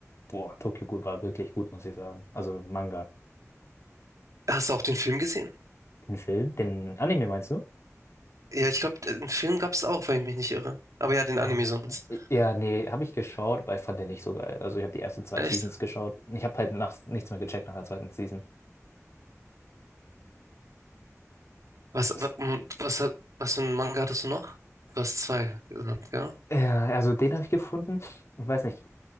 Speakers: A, on the left; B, on the right.
A: boah, Tokyo Ghoul war wirklich gut, muss ich sagen. Also Manga.
B: Hast du auch den Film gesehen?
A: Den Film, den Anime meinst du?
B: Ja, ich glaube, den Film gab's auch, wenn ich mich nicht irre. Aber ja, den
A: Ah.
B: Anime sonst.
A: Ja, nee, habe ich geschaut, aber ich fand den nicht so geil. Also ich habe die ersten zwei
B: Echt?
A: Seasons geschaut. Ich habe halt nach, nichts mehr gecheckt nach der zweiten Season.
B: Was,
A: Das-
B: wa- und was, hat- was für einen Manga hattest du noch? Du hast zwei genannt, gell?
A: Ja, also den habe ich gefunden. Ich weiß nicht.